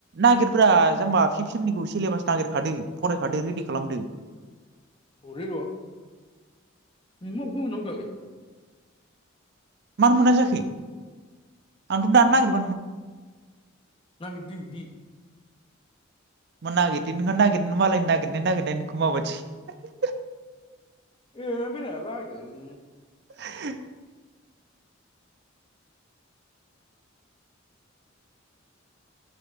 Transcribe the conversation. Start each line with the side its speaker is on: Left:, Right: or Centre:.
Right: नागिरब्रा जामबा फिफ सेमनिखौ सिलेबास नागिरखादो फरायखादो रेडि खालामदो
Left: र' लै र' <unintelligible> दालाय
Right: मानो मोना जाखै आंथ' दानो नागिर
Left: ना बिबदि बिबदि
Right: मा नागिरदों नोंहा नागिरनो मालाय नागिरनाय नागिरनाय नोंखौ माबादि
Left: <unintelligible>
Right: <unintelligible>